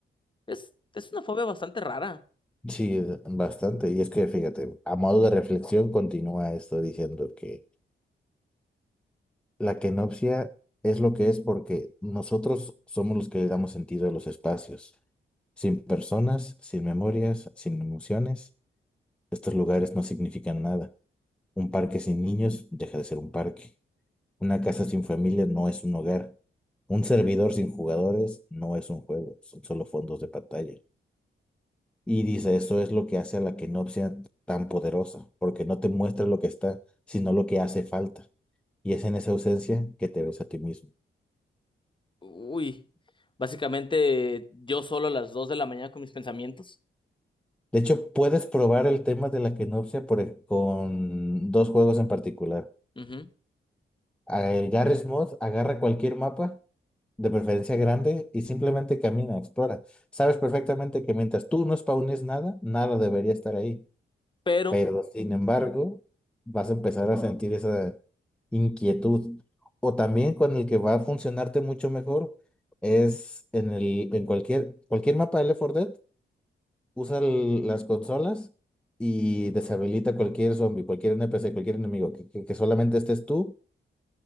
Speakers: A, on the left; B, in the centre.
A: Es, es una fobia bastante rara.
B: Sí, es bastante. Y es que fíjate, a modo de reflexión continúa esto diciendo que la kenopsia es lo que es porque nosotros somos los que le damos sentido a los espacios. Sin personas, sin memorias, sin emociones, estos lugares no significan nada. Un parque sin niños deja de ser un parque. Una casa sin familia no es un hogar. Un servidor sin jugadores no es un juego, son solo fondos de pantalla. Y dice, eso es lo que hace a la Kenopsia tan poderosa, porque no te muestra lo que está, sino lo que hace falta. Y es en esa ausencia que te ves a ti mismo.
A: Uy, básicamente yo solo a las 2 de la mañana con mis pensamientos,
B: De hecho, puedes probar el tema de la Kenopsia por e- con dos juegos en particular.
A: Ujú.
B: Ah, El Garry's Mod agarra cualquier mapa, de preferencia grande, y simplemente camina, explora. Sabes perfectamente que mientras tú no spawnes nada, nada debería estar ahí.
A: pero
B: Pero sin embargo, vas a empezar a sentir esa inquietud. O también con el que va a funcionarte mucho mejor es en el, en cualquier, cualquier mapa de Left 4 Dead, usa el- las consolas y deshabilita cualquier zombie, cualquier NPC, cualquier enemigo, que, que que solamente estés tú